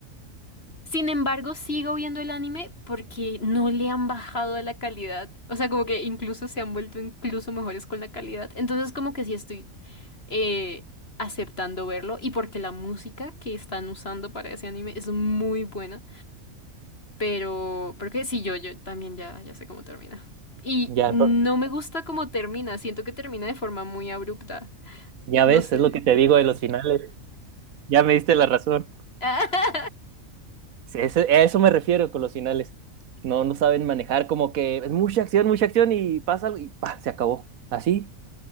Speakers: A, on the left; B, on the right.
A: Sin embargo, sigo viendo el anime porque no le han bajado a la calidad. O sea, como que incluso se han vuelto incluso mejores con la calidad. Entonces, como que sí estoy eh, aceptando verlo. Y porque la música que están usando para ese anime es muy buena. Pero, porque sí, yo, yo también ya, ya sé cómo termina. Y
B: Ya,
A: no me gusta cómo termina. Siento que termina de forma muy abrupta.
B: ya
A: No
B: ves,
A: sé.
B: es lo que te digo de los finales. Ya me diste la razón.
A: <laughs>
B: Sí, eso- a eso me refiero con los finales. No, no saben manejar, como que es mucha acción, mucha acción y pasa algo y pa, se acabó. Así.